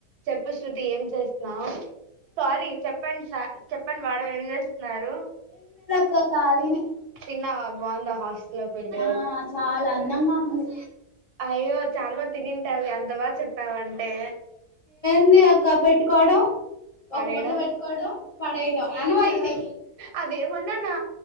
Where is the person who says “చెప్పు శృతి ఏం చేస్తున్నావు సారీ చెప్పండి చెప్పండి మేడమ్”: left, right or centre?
Right